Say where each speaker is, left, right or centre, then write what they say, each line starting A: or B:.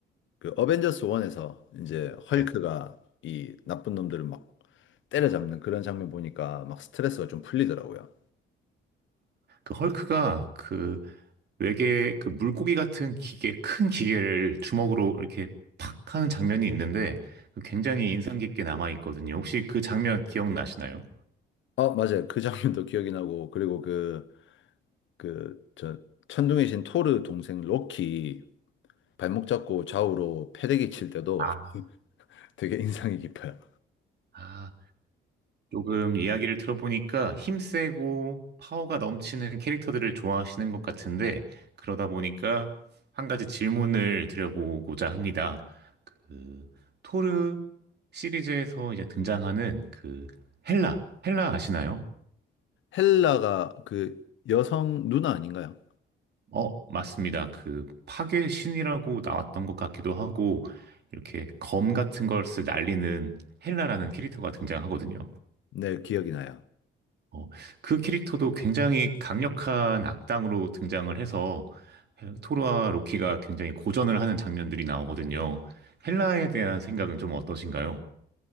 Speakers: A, on the left; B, on the right.
A: 그 어벤져스 1에서 이제 헐크가
B: 네.
A: 이 나쁜 놈들을 막 때려잡는 그런 장면 보니까 막 스트레스가 좀 풀리더라고요.
B: 그 헐크가 그 외계 그 물고기 같은 기계, 큰 기계를 주먹으로 이렇게 팍 하는 장면이 있는데 그 굉장히 인상 깊게 남아 있거든요. 혹시 그 장면 기억나시나요?
A: 어, 맞아요. 그 장면도 기억이 나고 그리고 그 그 저 천둥의 신 토르 동생 로키 발목 잡고 좌우로 패대기 칠 때도
B: 아,
A: <laughs> 되게 인상이 깊어요.
B: 아, 조금 이야기를 들어보니까 힘세고 파워가 넘치는 캐릭터들을 좋아하시는 것 같은데, 그러다 보니까 한 가지 질문을 드려보고자 합니다. 그, 토르 시리즈에서 이제 등장하는 그 헬라, 헬라 아시나요?
A: 헬라가 그 여성 누나 아닌가요?
B: 어, 맞습니다. 그 파괴 신이라고 나왔던 것 같기도 하고, 이렇게 검 같은 걸 쓰 날리는 헬라라는 캐릭터가 등장하거든요.
A: 네, 기억이 나요.
B: 어, 그 캐릭터도 굉장히 강력한 악당으로 등장을 해서 토르와 로키가 굉장히 고전을 하는 장면들이 나오거든요. 헬라에 대한 생각은 좀 어떠신가요?